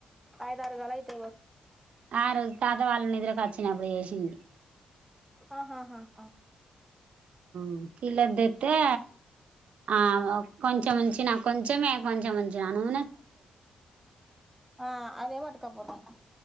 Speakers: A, in the centre; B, on the right.
A: ఆఐదారుగాల అయిత
B: ఆ తాత వాళ్ళు నిద్రకు వచ్చినప్పుడు చేసింది
A: ఆహా ఆ
B: మ్ కిల్ ఆఫ్ డెత్ అతే ఆ కొంచంచిిన కొంచమే కొంచెంంచి అను
A: ఆ అదే నా లేక కప్బోర్డు